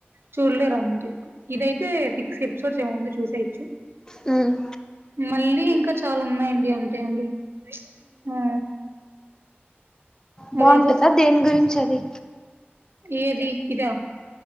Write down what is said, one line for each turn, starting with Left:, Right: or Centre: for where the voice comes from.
Right: చూడలేరు అండి ఇదయితే సిక్స్ ఎపిసోడ్స్ ఏమో ఉంది చూసేయచ్చు
Left: హ్మ్
Right: మళ్ళీ ఇంకా చాలా ఉన్నాయండి అంతే అండి ఆ
Left: బాగుంటదా
Right: అదేదో
Left: దేని గురించి అది
Right: ఏది ఇదా